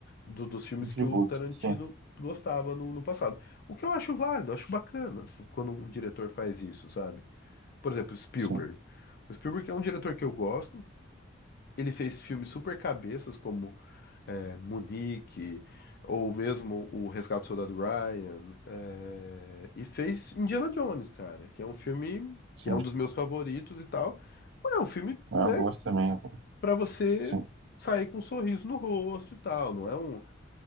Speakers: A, on the left; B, on the right.
A: do- dos filmes
B: Um tributo,
A: que o Tarantino
B: sim,
A: gostava no, no passado. O que eu acho válido, eu acho bacana quando um diretor faz isso, sabe? Por exemplo, Spielberg.
B: sim,
A: O Spielberg é um diretor que eu gosto. Ele fez filmes super cabeças, como é, Munique, ou mesmo o Resgate do Soldado Ryan, é, e fez Indiana Jones, cara, que é um filme que
B: sim.
A: é um dos meus favoritos e tal. Mas É um filme,
B: Ah,
A: né,
B: Eu gosto também, é bom.
A: pra você
B: Sim,
A: sair com um sorriso no rosto e tal. Não é um,